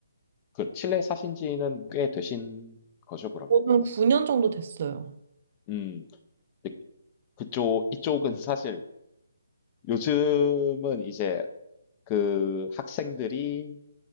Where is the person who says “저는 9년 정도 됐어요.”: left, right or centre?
Right